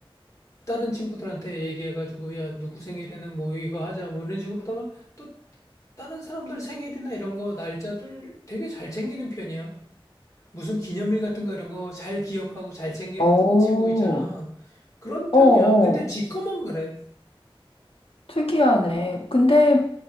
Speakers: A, on the left; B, on the left.
A: 다른 친구들한테 얘기해가지고 야, 누구 생일에는 뭐 이거 하자 뭐 이런 식으로다가 또 다른 사람들 생일이나 이런 거 날짜들 되게 잘 챙기는 편이야. 무슨 기념일 같은 거 이런 거 잘 기억하고 잘 챙기는
B: 오,
A: 친- 친구 있잖아. 그런 편이야.
B: 어, 어.
A: 근데 지 거만 그래.
B: 특이하네. 근데,